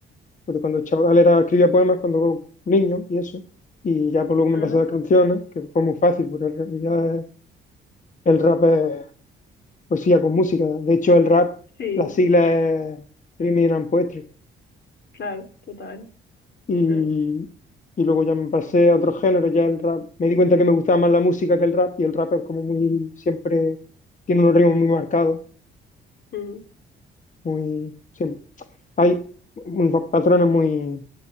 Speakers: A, on the left (about 40°); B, on the left (about 60°).
A: pues cuando chaval era, escribía poemas cuando niño y eso. Y ya por luego me
B: ah,
A: pasé a las canciones, que fue muy fácil, porque en realidad es- el rap es. poesía con música. De hecho, el rap,
B: sí,
A: la sigla es Rhyming and Poetry.
B: claro, total.
A: Y,
B: Ah,
A: y luego ya me pasé a otro género, ya el rap. Me di cuenta que me gustaba más la música que el rap y el rap es como muy, siempre tiene unos ritmos muy marcados,
B: ujú,
A: muy, siempre, hay unos patrones muy,